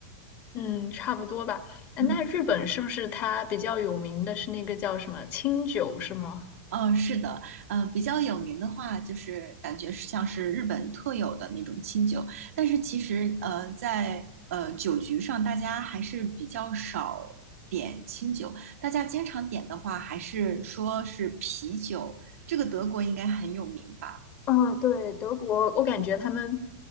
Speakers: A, on the left; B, on the right.
A: 嗯，差不多吧。哎，
B: 嗯。
A: 那日本是不是它比较有名的是那个叫什么清酒是吗？
B: 嗯，是的，嗯，比较有名的话，就是感觉是像是日本特有的那种清酒，但是其实，呃，在呃酒局上，大家还是比较少点清酒，大家经常点的话，还是说是啤酒，这个德国应该很有名吧？
A: 嗯，对，德国，我感觉他们